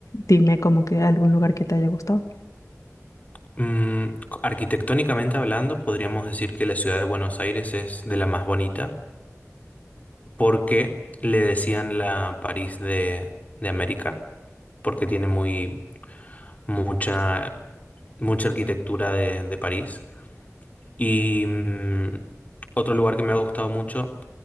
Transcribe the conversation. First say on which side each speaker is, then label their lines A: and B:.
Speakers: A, on the left; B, on the left.
A: dime como que algún lugar que te haya gustado.
B: Mm, arquitectónicamente hablando, podríamos decir que la ciudad de Buenos Aires es de la más bonita, porque le decían la París de, de América, porque tiene muy mucha, mucha arquitectura de, de París. Y mm, otro lugar que me ha gustado mucho,